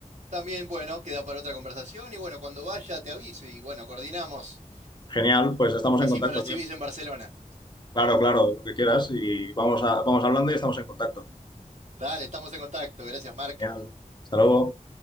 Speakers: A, on the right (about 55°); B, on the left (about 35°).
A: también, bueno, queda para otra conversación y bueno, cuando vaya te aviso y bueno, coordinamos.
B: Genial, pues estamos
A: Así
B: en contacto,
A: me recibís
B: tío.
A: en Barcelona.
B: Claro, claro, lo que quieras y vamos a, vamos hablando y estamos en contacto.
A: Dale, estamos en contacto. Gracias, Marc.
B: Genial. Hasta luego.